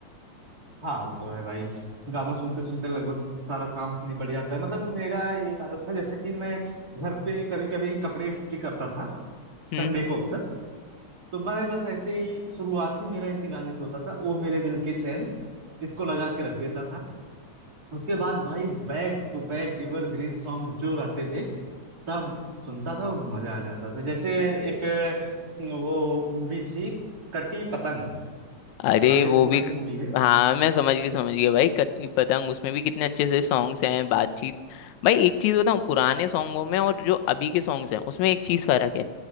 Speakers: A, on the right; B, on the left.
A: हाँ वो तो है भाई गाना सुनते सुनते लगभग सारा काम निपट जाता है मतलब मेरा ये आदत था जैसे कि मैं घर पे कभी कभी कपड़े इस्त्री करता था
B: हम्म।
A: संडे को अक्सर तो मैं बस ऐसे ही शुरुआत ही मेरा इसी गाने से होता था ओ मेरे दिल के चैन इसको लगा के रख देता था उसके बाद भाई back to back green songs जो रहते थे सब सुनता था और मजा आ जाता था जैसे एक अ, वो मूवी थी कटी पतंग
B: अरे
A: राजेश
B: वो
A: खन्ना
B: भी
A: की मूवी है
B: हाँ मैं समझ गई समझ गया भाई कटनी पतंग उसमें भी कितने अच्छे से सॉन्ग्स हैं बातचीत भाई एक चीज बताऊँ पुराने सॉन्गों में और जो अभी के सॉन्ग्स हैं उसमें एक चीज फर्क है